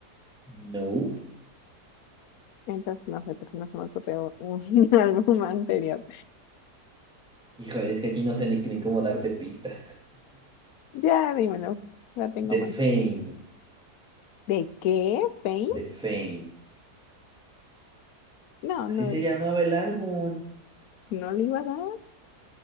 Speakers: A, in the centre; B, on the left.
A: No.
B: Entonces no sé, porque no se me ocurrió un <laughs> álbum anterior.
A: Híjole, es que aquí no sé ni, ni cómo darte pista.
B: Ya, dímelo. La tengo
A: <laughs> The
B: mal.
A: Fame,
B: ¿De qué? ¿Fame?
A: The Fame.
B: No,
A: Así
B: no,
A: se llamaba el álbum.
B: no le iba a dar.